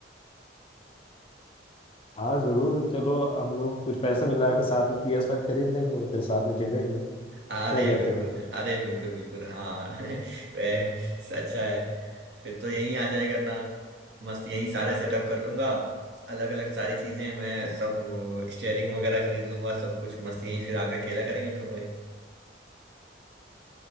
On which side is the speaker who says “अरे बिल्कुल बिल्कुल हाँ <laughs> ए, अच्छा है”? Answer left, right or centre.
Right